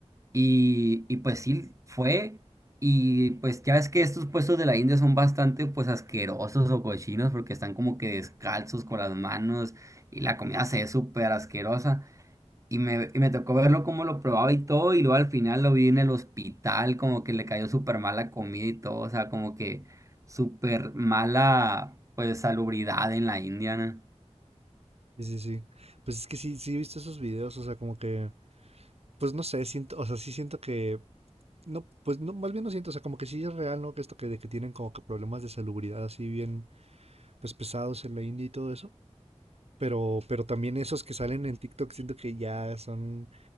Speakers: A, on the right; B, on the right.
A: Y, y pues sí, fue. Y pues ya ves que estos puestos de la India son bastante pues asquerosos o cochinos porque están como que descalzos con las manos y la comida se ve súper asquerosa. Y me, y me tocó verlo como lo probaba y todo y luego al final lo vi en el hospital como que le cayó súper mal la comida y todo. O sea, como que súper mala pues salubridad en la India, ¿no?
B: sí, sí, sí. Pues es que sí, sí he visto esos videos, o sea, como que, pues no sé, siento, o sea, sí siento que, no, pues no, más bien no siento, o sea, como que sí es real, ¿no? Que esto que, de que tienen como que problemas de salubridad así bien, pues pesados en la India y todo eso. Pero, pero también esos que salen en TikTok siento que ya son